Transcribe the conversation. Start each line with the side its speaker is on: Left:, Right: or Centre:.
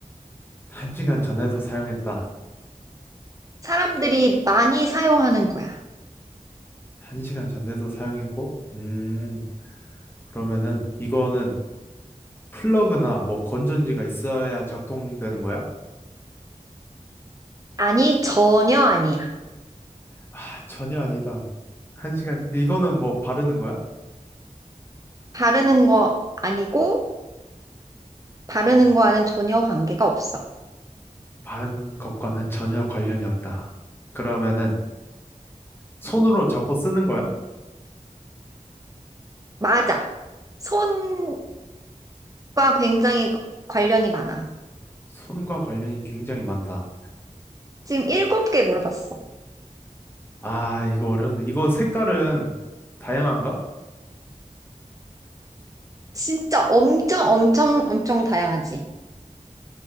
Left: 한 시간 전에도 사용했다.
Right: 사람들이 많이 사용하는 거야.
Left: 한 시간 전에도 사용했고, 음, 그러면은 이거는 플러그나 뭐 건전지가 있어야 작동되는 거야?
Right: 아니, 전혀 아니야.
Left: 아, 전혀 아니다. 한 시간, 이거는 뭐 바르는 거야?
Right: 바르는 거 아니고 바르는
Left: 음,
Right: 거와는 전혀 관계가 없어.
Left: 바르는 것과는 전혀 관련이 없다. 그러면은 손으로 잡고 쓰는 거야?
Right: 맞아. 손과 굉장히 관련이 많아.
Left: 손과 관련이 굉장히 많다.
Right: 지금
Left: 아,
Right: 일곱 개 물어봤어.
Left: 아, 이거 어려운데. 이거 색깔은 다양한가?
Right: 진짜 엄청 엄청 엄청 다양하지.